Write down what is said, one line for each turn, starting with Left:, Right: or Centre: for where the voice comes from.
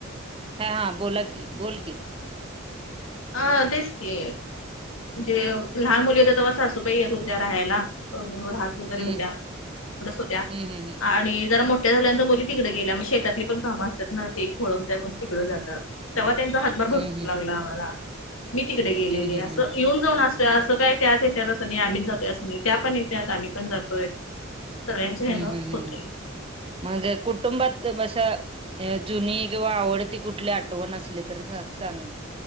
Right: हा हा बोला की बोल की
Left: अ तेच ते जे लहान मुली होेत तर ब सासूबाही येतो त्या्या राहायला राह वगैरे
Right: हम्म
Left: होत्या एढच होत्या
Right: हम्म हम्म
Left: आणि जरा मोठ झाल्यानंतर बोली तिकडे गेल्या शेतातली पण काम असतात ना ते खोळून त्याून तिकडं जात तेव्हा त्यांचा हातभार भरक
Right: हम्म
Left: लागला आम्हाला मी तिकडे गेलेले
Right: हम्म हम्म
Left: असं
Right: हम्म हम्म
Left: येऊन जाऊन अस असं काय त्याच येत असं नाही आम्च जातोय असं नाही त्या पण येत आम्ही पण जातोय सगळ्यांच्या हेन
Right: हम्म
Left: होतय.
Right: हम् हम् मग कुटुंबात मस जुनी किंवा आवडतीी कुठली आठवण असली तर सांग